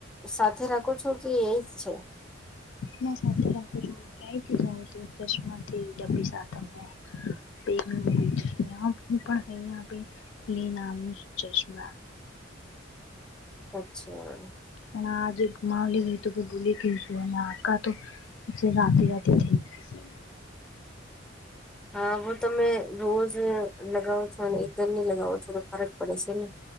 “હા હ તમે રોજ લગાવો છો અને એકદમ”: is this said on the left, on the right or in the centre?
Centre